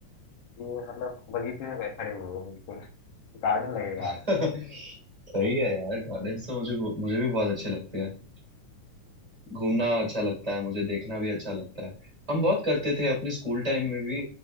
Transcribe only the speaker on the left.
ये मतलब बगीचे में बै- खड़े हुए हो बिल्कुल गार्डन लगेगा
आप